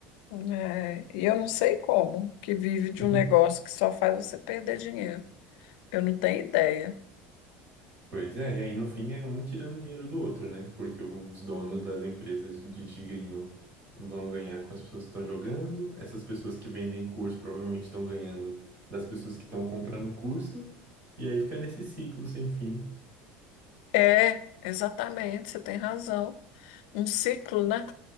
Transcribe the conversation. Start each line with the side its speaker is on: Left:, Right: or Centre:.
Left: É, e eu não sei como, que vive de
Right: <laughs>
Left: um negócio que só faz você perder dinheiro. Eu não tenho ideia.
Right: Pois é, e aí no fim é um tirando dinheiro do outro, né? Porque os donos das empresas de tigrinho vão ganhar com as pessoas que estão jogando, essas pessoas que vendem curso provavelmente estão ganhando das pessoas que estão comprando curso, e aí fica nesse ciclo sem fim.
Left: É, exatamente, você tem razão. Um ciclo, né?